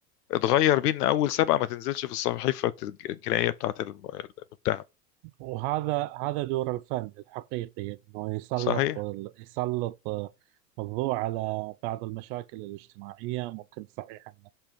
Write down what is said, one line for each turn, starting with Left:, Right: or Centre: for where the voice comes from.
Left: اتغير بيه ان اول سابقه ما تنزلش في الصحيفه الجنائيه بتاعه الم- المتهم
Right: وهذا هذا دور الفن الحقيقي إنه يسلط
Left: صحيح
Right: ال- يسلط الضوء على بعض المشاكل الاجتماعية ممكن صحيح ان